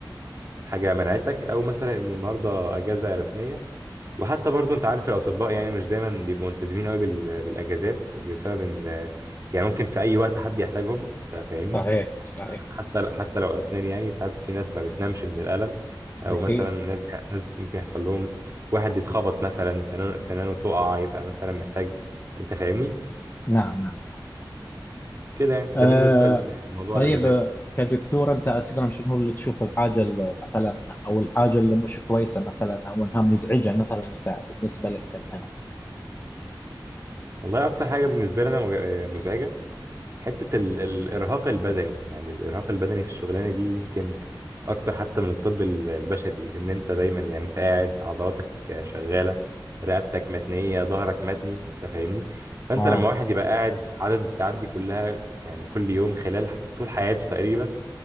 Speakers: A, on the right; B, on the left.
A: حاجه منعتك او مثلا ان النهارده اجازه رسميه وحتى برضو انت عارف الاطباء يعني مش دايما بيبقوا ملتزمين قوي بال- بالاجازات بسبب ان يعني ممكن في اي وقت حد يحتاجهم انت فاهمني
B: صحيح صحيح
A: حتى حتى لو اسنان يعني ساعات في ناس ما بتنامش من الالم او
B: اكيد
A: مثلا ناس ناس ممكن يحصل لهم واحد يتخبط مثلا سنانه سنانه تقع يبقى مثلا محتاج انت فاهمني
B: نعم نعم
A: كده يعني
B: أه
A: ده بالنسبه لموضوع
B: طيب
A: الاجازات
B: آه، كدكتور أنت أساسا شنو اللي تشوف الحاجة اللي مثلا أو الحاجة اللي مش كويسة مثلا أو أنها مزعجة مثلا أنت بالنسبة لك كمهنة؟
A: والله اكتر حاجه بالنسبه لي انا مج- مزعجه حتة ال... الإرهاق البدني يعني الإرهاق البدني في الشغلانة دي يمكن أكتر حتى من الطب ال- البشري لأن أنت دايما يعني أنت قاعد عضلاتك شغالة رقبتك متنية ظهرك متني أنت فاهمني فأنت
B: اه
A: لما واحد يبقى قاعد عدد الساعات دي كلها يعني كل يوم خلال ح- طول حياته تقريبا